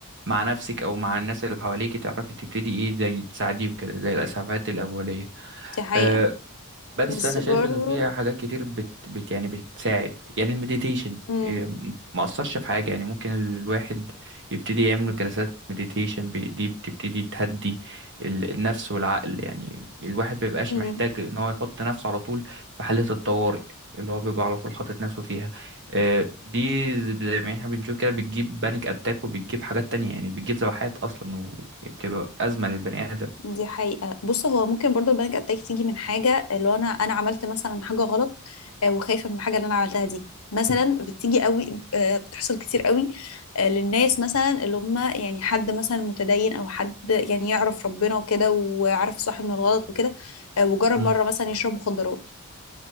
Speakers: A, on the right; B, on the left.
A: مع نفسك او مع الناس اللي حواليك تعرفي تبتدي ايه زي تساعديهم كده زي الاسعافات الاولية
B: دي حقيقة
A: آه، بس
B: بس
A: انا
B: برضو
A: شايف انه فيها حاجات كتير بت, بت يعني بتساعد يعني المديتيشن
B: مم.
A: إيه، ما اثرش في حاجه يعني ممكن ال- الواحد يبتدي يعمل جلسات مديتيشن دي بتبتدي تهدي ال- النفس والعقل يعني الواحد بيبقاش
B: مم.
A: محتاج ان هو يحط نفسه على طول في حاله الطوارئ اللي هو بيبقى على طول حاطط نفسه فيها آه، دي زي ما احنا بنشوف كده بتجيب بانيك اتاك وبتجيب حاجات تانية يعني بتجيب ذبحات اصلا وبتبقى ازمه للبني ادم
B: دي حقيقة بص هو ممكن برضو البانيك اتاك تيجي من حاجة اللي هو انا انا عملت مثلا حاجة غلط آه، وخايفة من الحاجة اللي انا عملتها دي مثلا بتيجي قوي آه، بتحصل كتير قوي آه، للناس مثلا اللي هم يعني حد مثلا متدين او حد يعني يعرف ربنا وكده وعارف صح من الغلط وكده آه، وجرب
A: مم،
B: مرة مثلا يشرب مخدرات